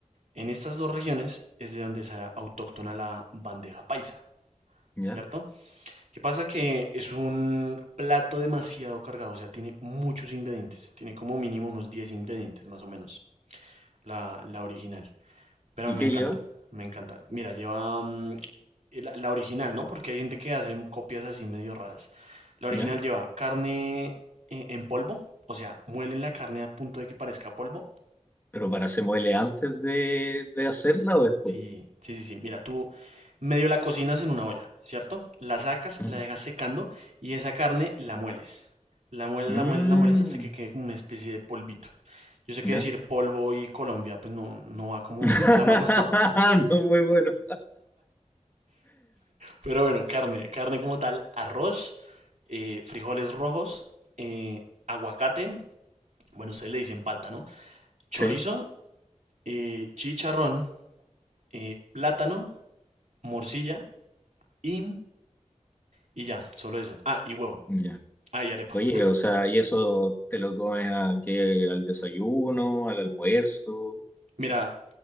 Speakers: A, on the right; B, on the left.
A: En estas dos regiones es de donde es ah, autóctona la bandeja paisa,
B: ya.
A: ¿cierto? ¿Qué pasa? Que es un plato demasiado cargado, o sea, tiene muchos ingredientes, tiene como mínimo unos 10 ingredientes más o menos. la, la original. Pero
B: ¿Y
A: me
B: qué
A: encanta,
B: lleva?
A: me encanta. Mira, lleva mm, la, la original, ¿no? Porque hay gente que hace copias así medio raras. La original
B: Ya.
A: lleva carne eh, en polvo, o sea, muelen la carne a punto de que parezca polvo.
B: Pero para se muele antes de, de hacerla o después.
A: Sí, sí, sí, sí. Mira, tú medio la cocinas en una olla, ¿cierto? La sacas,
B: Ujú.
A: la dejas secando y esa carne la mueles. La mueles,
B: Mm,
A: la mueles, la mueles hasta que quede como una especie de polvito. Yo sé que
B: ya.
A: decir polvo y Colombia, pues no, no va como
B: <laughs>
A: <laughs> de la mano,
B: No, muy bueno.
A: Pero bueno, carne, carne como tal, arroz, eh, frijoles rojos, eh, aguacate, bueno, ustedes le dicen palta, ¿no? Chorizo,
B: Sí,
A: eh, chicharrón, eh, plátano, morcilla y, y ya, solo eso. Ah, y huevo.
B: ya.
A: Ah, y arepa.
B: Oye, o sea, ¿y eso te lo comes a qué? ¿Al desayuno? ¿Al almuerzo?
A: Mira,